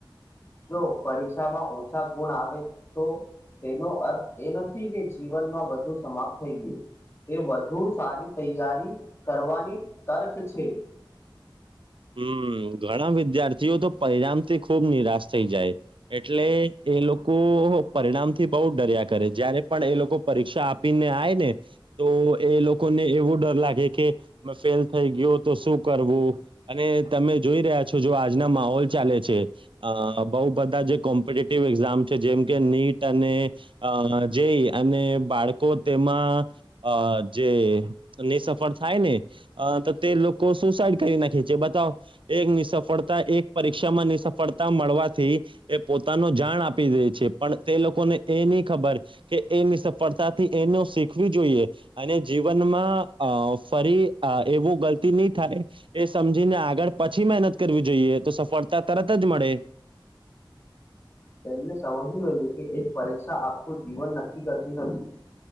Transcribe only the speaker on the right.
હમ, ઘણા વિદ્યાર્થીઓ તો પરિણામથી ખુબ નિરાશ થઈ જાય. એટલે એ લોકો લોકો પરિણામથી બહુ, ડર્યા કરે જ્યારે પણ એ લોકો પરીક્ષા આપીને આ ને તો એ લોકોને એવો ડર લાગે કે ફેલ થઈ ગયો તો શું કરવું? અને તમે જોઈ રહ્યા છો, જો આજના માહોલ ચાલે છે. બહુ બધા જે કોમ્પિટેટિવ એઝામ છે. જેમ કે નીટ અને જે અને બાળકો તેમાં જે ને સફળ થાય, ને તો તે લોકો સુસાઈડ કરી નાખી બતાવ એક નિ સફળતા એક પરીક્ષામાં નિ સફળતા મળવાથી એ પોતાનો જા આપી દે છે. પણ તે લોકોને એ નહી ખબર કે એની સફળતાથી એને શીખવી જોઈએ અને જીવનમાં ફરી એવુ ગલતી નહી, થાય સમજીને આગળ પછી, મહેનત કરવી જોઈએ. તો સફળતા તરત જ મળે.